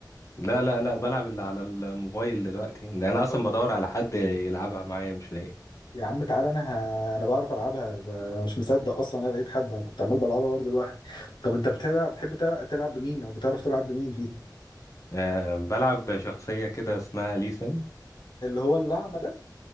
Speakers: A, on the left; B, on the left.
A: لا لا لا بلعب اللي على الموبايل دلوقتي ده انا اصلا
B: طب
A: بدور على حد يلعبها معايا مش لاقي
B: يا عم تعالى انا ه... انا بعرف العبها ده مش مصدق اصلا انا لقيت حد انا كنت عمال بلعبها برضه لوحدي طب انت بتلعب بتحب تلعب تلعب بمين او بتعرف تلعب بمين فيه؟
A: أه بلعب شخصية كده اسمها ليسن
B: اللي هو الأعمى ده